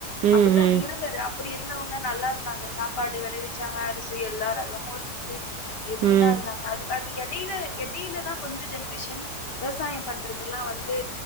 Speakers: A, on the right (about 80°); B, on the left (about 70°).
A: ம்.
B: அப்படித்தா
A: ம்.
B: இருந்தது அ அப்படி இருந்தவுங்க நல்லா இருந்தாங்க சாப்பாடு வெளவிச்சாங்க அரிசி எல்லா ரகமு இருந்துச்சு எப்படில்லா
A: ம்.
B: இருந்தாங்க அது அது இடையில இடையில தா கொஞ்ச ஜென்ரேஷன் விவசாயம் பண்றதெல்லா வந்து